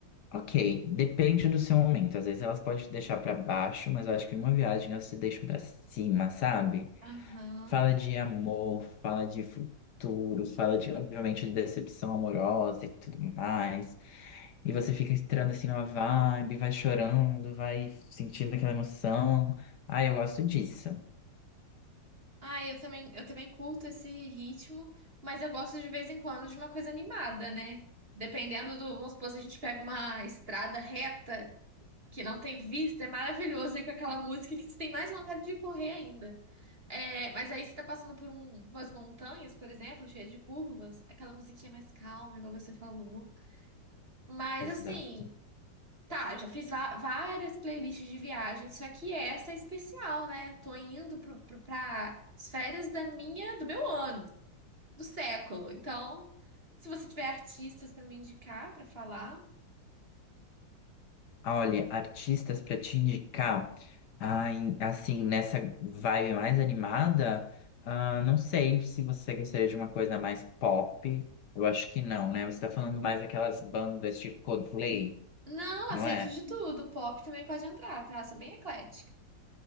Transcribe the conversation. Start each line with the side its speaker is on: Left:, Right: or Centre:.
Left: Ok, depende do seu momento. Às vezes elas podem te deixar pra baixo, mas eu acho que numa viagem elas te deixam pra cima, sabe?
Right: Aham.
Left: Fala de amor, fala de futuro, fala de, obviamente, de decepção amorosa e tudo mais. E você fica entrando assim numa vibe, vai chorando, vai sentindo aquela emoção. Ah, eu gosto disso.
Right: Ah, eu também, eu também curto esse ritmo, mas eu gosto de vez em quando de uma coisa animada, né? Dependendo do, vamos supor, se a gente pega uma estrada reta. que não tem vista, é maravilhoso ir com aquela música que você tem mais vontade de correr ainda. É, mas aí você tá passando por um- umas montanhas, por exemplo, cheias de curvas, aquela musiquinha mais calma, igual você falou. Mas
Left: Exato.
Right: assim, tá, eu já fiz va- várias playlists de viagem, só que essa é especial, né? Tô indo pro, pro, pra as férias da minha, do meu ano, do século. Então, se você tiver artistas pra me indicar, pra falar.
Left: Olha, artistas para te indicar, ah, em- assim, nessa vibe mais animada, ah, não sei se você gostaria de uma coisa mais pop. Eu acho que não, né? Você tá falando mais daquelas bandas tipo Coldplay,
Right: Não,
Left: não
Right: aceito
Left: é?
Right: de tudo. Pop também pode entrar, tá? Sou bem eclética.